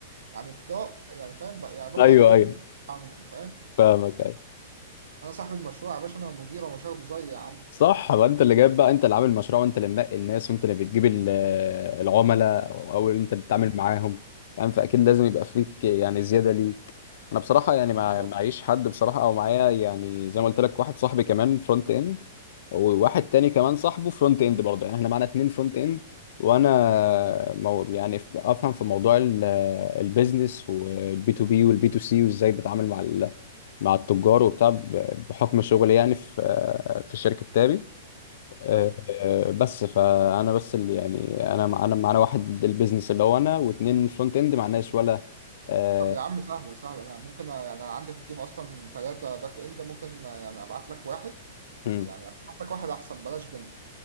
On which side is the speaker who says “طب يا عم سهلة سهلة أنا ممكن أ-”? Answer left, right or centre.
Right